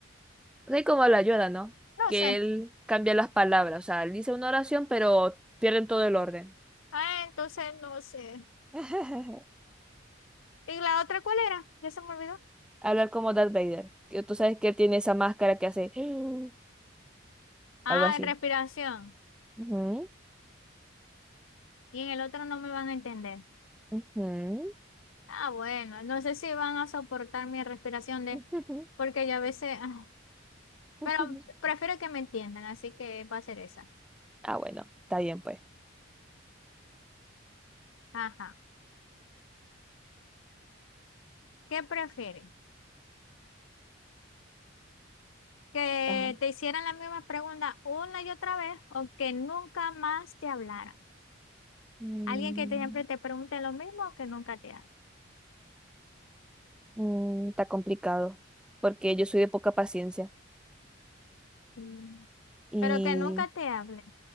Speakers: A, in the centre; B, on the left.
A: sé cómo habla Yoda, ¿no?
B: No
A: Que
B: sé.
A: él cambia las palabras. O sea, él dice una oración, pero pierden todo el orden.
B: Ah, entonces no sé.
A: <laughs>
B: ¿Y la otra cuál era? Ya se me olvidó.
A: Hablar como Darth Vader. Que Tú sabes que él tiene esa máscara que hace <gasps>
B: Ah,
A: algo así.
B: respiración.
A: Ujú,
B: Y en el otro no me van a entender.
A: ujú,
B: Ah, bueno, no sé si van a soportar mi respiración de,
A: ujú,
B: porque yo a veces, ah,
A: ujú.
B: pero
A: <laughs>
B: prefiero que me entiendan, así que va a ser esa.
A: Ah, bueno, está bien, pues.
B: Ajá. ¿Qué prefieres? ¿Que
A: Ajá.
B: te hicieran la misma pregunta una y otra vez o que nunca más te hablaran?
A: Mm,
B: Alguien que te- siempre te pregunte lo mismo o que nunca te hable.
A: mm, está complicado, porque yo soy de poca paciencia.
B: Mm.
A: Y
B: Pero que nunca te hable.